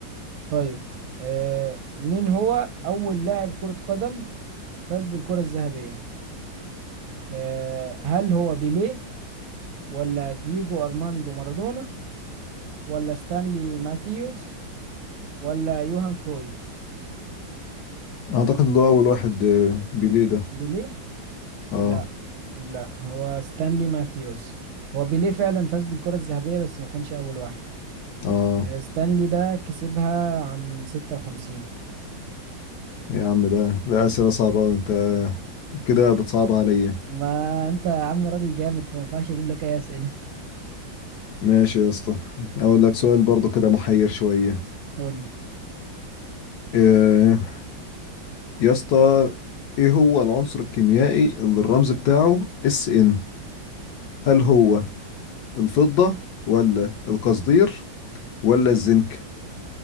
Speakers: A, on the right; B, on the left.
A: طيب آه مين هو أول لاعب كرة قدم فاز بالكرة الذهبية آه هل هو بيليه ولا دييجو أرماندو مارادونا ولا ستانلي ماثيوز ولا يوهان كرويف
B: اعتقد إن ده اول واحد آه، بيليه ده
A: بيليه
B: اه
A: لا لا هو ستانلي ماثيوز هو بيليه فعلا فاز بالكرة الذهبية بس ما كانش أول واحد
B: اه
A: آه ستانلي ده كسبها عام 56
B: يا عم ده ده اسئله صعبه أوي انت كده بتصعب عليا
A: ما انت يا عم راجل جامد فما ينفعش اجيب لك اي اسئله
B: ماشي يا اسطى اقول لك سؤال برضو كده محير شويه
A: قول لي
B: آه يا اسطى ايه هو العنصر الكيميائي اللي الرمز بتاعه اس ان هل هو
A: مم.
B: الفضه ولا القصدير ولا الزنك